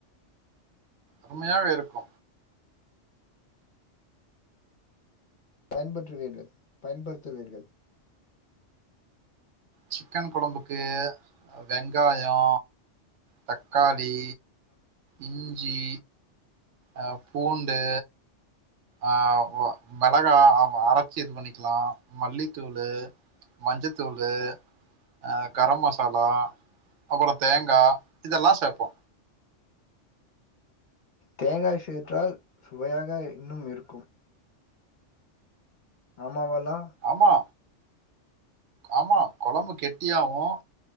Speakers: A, on the right; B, on the left.
A: சம்மையாவே இருக்கு
B: பயன்பற்றுவீர்கள் பயன்படுத்துவீர்கள்
A: சிக்கன் கொழம்புக்கு வெங்காயோ தக்காளி இஞ்சி அ பூண்டு ஆ மெளகா அரைச்சு இது பண்ணிக்கலா மல்லிதூளு மஞ்சதூளு ஆ கரம் மசாலா அப்பறோ தேங்கா இதெல்லா சேப்போ
B: தேங்காய் சேற்றால் சுவையாக இன்னும் இருக்கும் ஆமாவாலா
A: ஆமா ஆமா கொழம்பு கெட்டியாவும்